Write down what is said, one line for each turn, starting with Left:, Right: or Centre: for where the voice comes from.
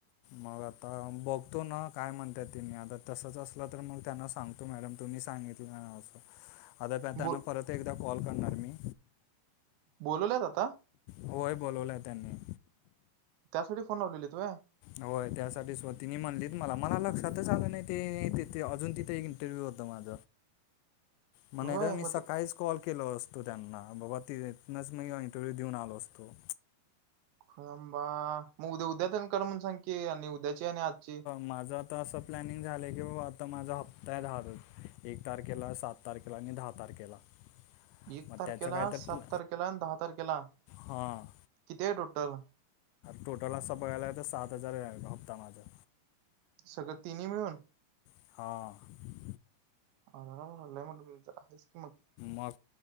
Left: मग आता बघतो ना काय म्हणता ती नी आता तसच असलं तर मग त्यांना सांग तो मॅडम तुम्ही सांगितलं असं.
Right: <inaudible>
Left: आतापताना
Right: ब
Left: परत एकदा काॅल करणार मी.
Right: बोलवल्यात आता.
Left: होय बलावला त्यांनी.
Right: त्यासाठी फोन लावलेलीत होय.
Left: होय त्यासाठी स्वतिनी म्हणलीत मला मला लक्षातच आलं नाही, ते तिथ अजून तिथे एक इंटरव्यू होतं माझ.
Right: <inaudible>
Left: म्हणद मी
Right: मग
Left: सकाळीच कॉल केलो असतो त्यांना, बाबा तिथनच मी इंटरव्ह्यू देऊन आलो असतो.
Right: हा मग उद्या उद्याच कर म्हण सांग की आणि उद्याची आणि आजची
Left: माझात आता असं प्लॅनिंग झालं आहे, की बाबा आता माझा हप्ता आहे दहा एक तारखेला, सात तारखेला आणि दहा तारखेला.
Right: एक
Left: मग
Right: तारखेला,
Left: त्याचं काय तर
Right: सात
Left: प्ल
Right: तारखेला, दहा तारखेला, आहे
Left: हां
Right: कती टोटल.
Left: टोटल असा बघयला तर सात हजार हप्ता माझा.
Right: सगळं तिनही मिळून.
Left: हां.
Right: म्हण कि मत <unintelligible>
Left: मग,